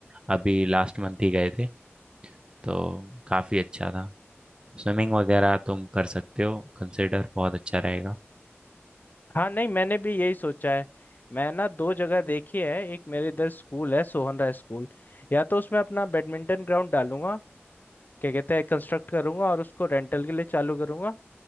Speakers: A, on the right; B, on the left.
A: अभी लास्ट मंथ ही गए थे तो काफ़ी अच्छा था स्विमिंग वगैरह तुम कर सकते हो कंसिडर बहुत अच्छा रहेगा
B: हाँ नहीं मैंने भी यही सोचा है मैं ना दो जगह देखी है एक मेरे इधर स्कूल है सोहन राय स्कूल या तो उसमें अपना बैडमिंटन ग्राउंड डालूंगा क्या कहते हैं कंस्ट्रक्ट करूंगा और उसको रेंटल के लिए चालू करूंगा